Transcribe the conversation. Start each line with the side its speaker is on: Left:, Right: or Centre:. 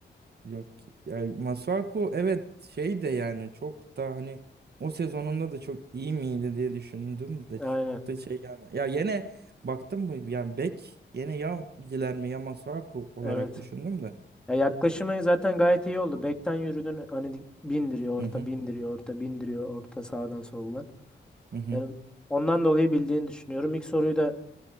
Right: Yok yani Masuaku evet şey de yani çok da hani o sezonunda da çok iyi miydi diye düşündüm de
Centre: Aynen.
Right: çok da şey yani ya yine baktım mı yani bek yine ya Guilherme ya Masuaku olarak
Centre: Evet.
Right: düşündüm de
Centre: Ya yaklaşımı zaten gayet iyi oldu. Bekten yürüdün hani bindiriyor orta,
Right: hı hı
Centre: bindiriyor orta, bindiriyor orta sağdan soldan.
Right: hı hı
Centre: Yani ondan dolayı bildiğini düşünüyorum. İlk soruyu da